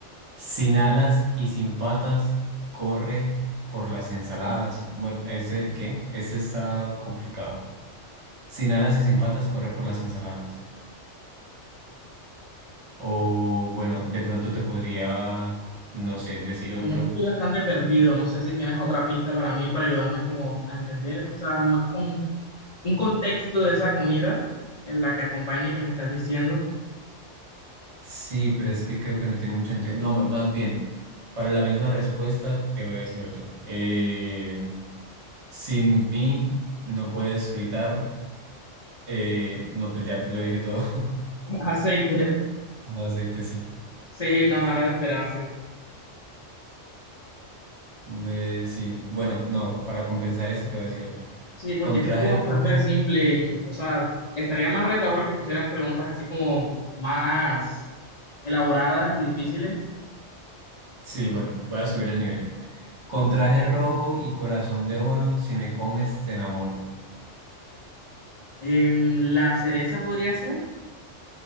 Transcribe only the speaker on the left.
Como que estoy bastante perdido, no sé si tienes otra pista para mí, para ayudarme como a entender, o sea, más como un contexto de esa comida en la que acompañe que me estás diciendo.
Aceite.
Sí, no, era de esperarse.
Sí, porque
es
que estuvo
bastante simple y, o sea, estaría más retador que pusieras preguntas así como más elaboradas y difíciles.
Em, la cereza podría ser